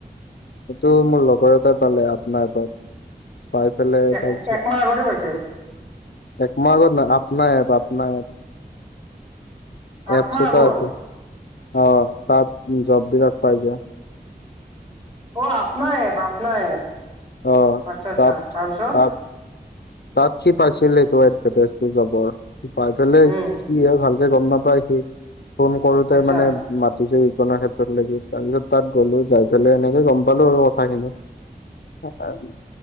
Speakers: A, on the left (about 80°); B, on the right (about 35°).
A: এইটো মোৰ লগৰ এটাই পালে আপোনাৰ পৰা, পাই পেলাই
B: এক
A: তাৰপিছত
B: একমাহ আগতে পাইছে
A: একমাহ আগত ন আপনা এপ- আপনা এপ,
B: আঠ
A: এপছ
B: মাহ
A: এটা
B: আগত
A: আছে। অ', তাত জববিলাক পাই যায়।
B: অ', আপনা এপ-আপনা এপ,
A: অ
B: আচ্ছা- আচ্ছা,
A: তাত
B: তাৰপিছত।
A: তাত তাত কি পাইছিলে সেইটো এডভেটাইছটো যাব আৰু পাই পেলাই
B: উম
A: কি হয় ভাল <unintelligible> গম নাপাই সি, ফোন কৰোতে
B: আচ্ছা
A: মানে মাতিছে বিপণা ক্ষেত্ৰৰ লেকে, তাৰ পিছত তাত গ'লো যায় পেলাই এনেকে গম পালো আৰু কথাখিনি। <unintelligible>